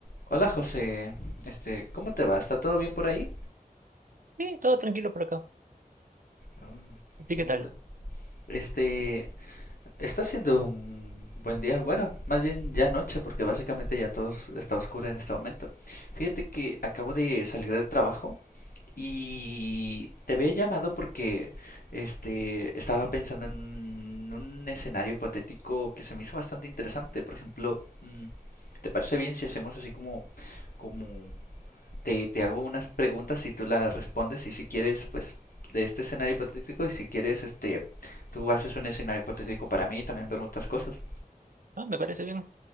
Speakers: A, on the left (about 70°); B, on the right (about 60°).
A: Hola José, este, ¿cómo te va? ¿Está todo bien por ahí?
B: Sí, todo tranquilo por acá.
A: Ah,
B: ¿A
A: entiendo.
B: ti qué tal?
A: Este, está siendo un buen día. Bueno, más bien ya noche, porque básicamente ya todo s- está oscuro en este momento. Fíjate que acabo de salir de trabajo y te había llamado porque, este, estaba pensando en un, un escenario hipotético que se me hizo bastante interesante. Por ejemplo, mm, ¿te parece bien si hacemos así como como te, te hago unas preguntas y tú las respondes y si quieres, pues de este escenario hipotético y si quieres, este, tú haces un escenario hipotético para mí y también preguntas cosas.
B: Ah, me parece bien.